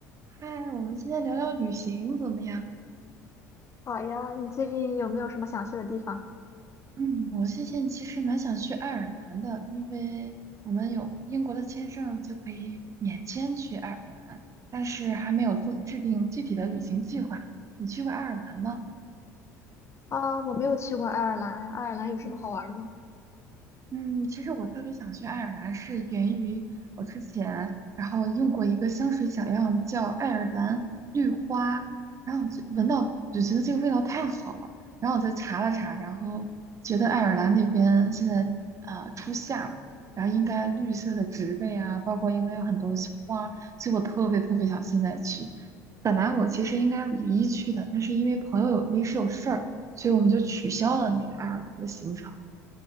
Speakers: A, on the right (about 35°); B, on the left (about 30°).
A: 嗨，我们现在聊聊旅行怎么样？
B: 好呀，你最近有没有什么想去的地方？
A: 嗯，我最近其实蛮想去爱尔兰的，因为我们有英国的签证就可以免签去爱尔兰，但是还没有做制定具体的旅行计划。你去过爱尔兰吗？
B: 啊，我没有去过爱尔兰，爱尔兰有什么好玩的吗？
A: 嗯嗯，其实我特别想去爱尔兰，是源于我之前然后用过一个香水小样叫爱尔兰绿花，然后我就闻到就觉得这个味道太好了，然后我就查了查，然后觉得爱尔兰那边现在呃初夏嘛，然后应该绿色的植被啊，包括应该有很多小花，所以我特别特别想现在去。本来我其实应该五一去的，但是因为朋友有临时有事儿，所以我们就取消了那个爱尔兰的行程。